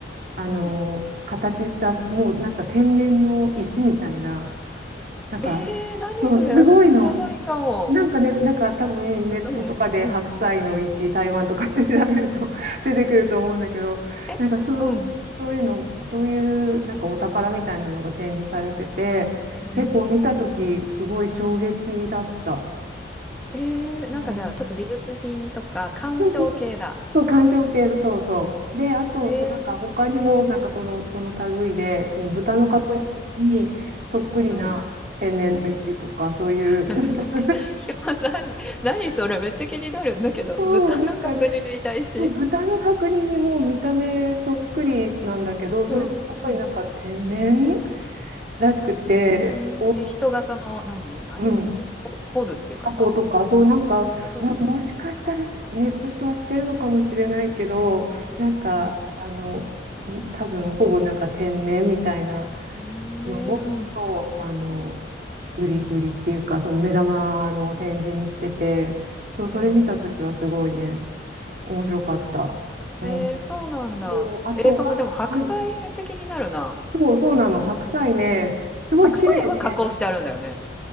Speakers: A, on the right; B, in the centre.
A: あの、
B: うん。
A: 形した、もうなんか天然の石みたいな、なんか、
B: えー、何それ私知らないかも。
A: そう、すごいの。なんかね、なんか多分ネットとかで白菜の美味しい台湾とかって調べると
B: うんうん。
A: <laughs> 出てくると思うんだけど、
B: えうん。
A: なんかそう、そういうの、そういうなんかお宝みたいなのが展示されてて、
B: へえ、
A: 結構見たときすごい衝撃だった。
B: うんうん。えー、なんかじゃあちょっと美術品とか鑑賞系だ。
A: うんそうそうそう。そう、鑑賞系、そうそう。で、あと、
B: えー、
A: そうなんか他にも、
B: うんうん。
A: なんかその、その類で、その豚の角煮にそっくりな天然の石とか、
B: うん。うん。うん。
A: そういう、
B: <laughs>
A: <laughs> なんか
B: なんか、
A: <laughs>
B: ひよさん、何それめっちゃ気になるんだけど、
A: そう、
B: 豚の角煮に対し。
A: なんかね豚の角煮にもう見た目そっくりなんだけど、それもやっぱりなんか天然
B: うん。うん。
A: らしくて、
B: へえ。
A: お、
B: え、人がその、何何の、
A: うん、
B: なんていうのほ掘るっていうかさ。
A: 箱とか、そうなんか、
B: そうそうそう。
A: まあ、もしかしたらしね、ちょっとはしてるのかもしれないけど、
B: あー、
A: なんか、
B: うん
A: あの、ん多分ほぼなんか天然みたいな
B: うん。
A: のを、
B: へえ、うんうんうん。
A: そう、あの、売り、売りっていうか、その目玉の展示にしてて、そう、それ見たときはすごいね、
B: へえ、
A: 面白かった。
B: 感動した。
A: うん。
B: えー、そうなんだ。
A: そう、あとは、
B: えー、そのでも白菜めっちゃ気になるな。
A: うんそう、そうなの。白菜ね、すごい綺麗で、
B: 白菜は加工してあるんだよね。